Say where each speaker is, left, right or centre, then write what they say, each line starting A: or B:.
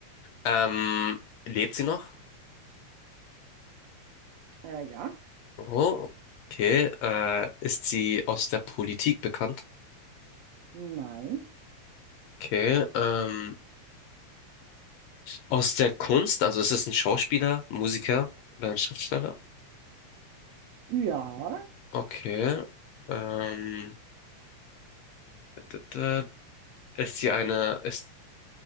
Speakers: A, on the left (about 75°); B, on the right (about 75°).
A: Ähm, lebt sie noch?
B: äh, ja,
A: Oh, okay. Äh, ist sie aus der Politik bekannt?
B: Nein.
A: Okay. Ähm, aus der Kunst? Also ist es ein Schauspieler, Musiker oder ein Schriftsteller?
B: Ja.
A: Okay. Ähm, d- d- ist sie eine, ist,